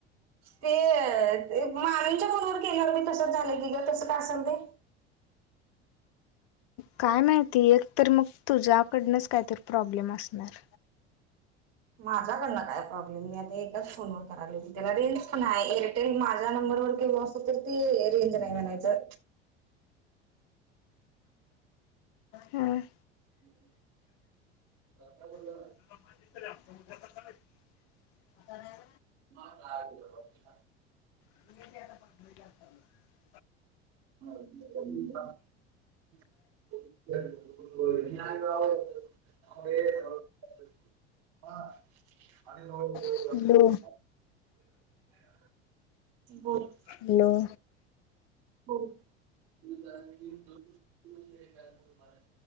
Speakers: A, on the right; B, on the left.
A: ते मामीच्या फोनवर केल्यावर बी तसच झालं की ग तसं का असेल ते?
B: काय माहिती एक तर मग तुझ्याकडनंच काहीतरी प्रॉब्लेम असणार.
A: माझ्याकडनं काय प्रॉब्लेम मी आता एकाच फोनवर करायलोय की त्याला रेंज पण आहे एअरटेल माझ्या नंबर वर केल असत तर ते रेंज नाही म्हणायचं.
B: हम्म!
A: <unintelligible>
B: <unintelligible>
A: <unintelligible>
B: <inaudible>
A: <inaudible> <unintelligible> <unintelligible>
B: हॅलो
A: बोल!
B: हॅलो
A: बोल!